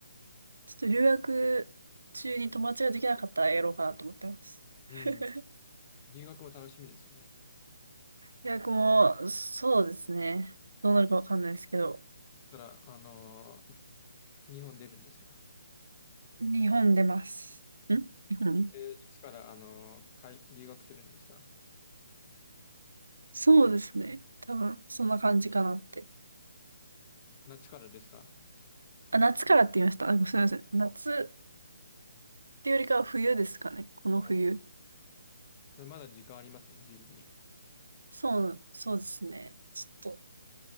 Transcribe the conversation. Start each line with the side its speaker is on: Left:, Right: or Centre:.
Right: ちょっと留学中に友達ができなかったらやろうかなと思ってます。<laughs>
Left: うん。留学も楽しみですね。
Right: 留学も、そうですね。どうなるかわかんないですけど、
Left: いつから、あのー日本出るんですか
Right: 日本出ます。
Left: い
Right: ん日本
Left: えーいつから、あのー海留学するんですか
Right: そうですね。多分、そんな感じかなって。
Left: 夏からですか
Right: あ、夏からって言いました。あ、すみません。夏っていうよりかは冬ですかね。この冬。
Left: ああ、まだ時間ありますね、準備に。
Right: そう、そうですね。ちょっと、